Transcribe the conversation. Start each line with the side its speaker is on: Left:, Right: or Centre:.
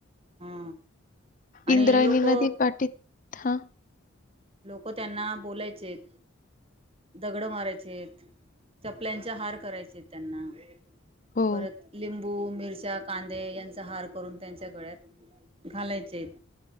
Right: हा आणि
Left: इंद्रायणी
Right: लोक
Left: नदी पाठीत हा.
Right: लोक त्यांना बोलायचे. दगड मारायचे चपल्यांचा हार करायचे त्यांना
Left: हो,
Right: परत लिंबू मिरचा कांदे यांचा हार करून त्यांच्या गळ्यात घालायचे आहेत.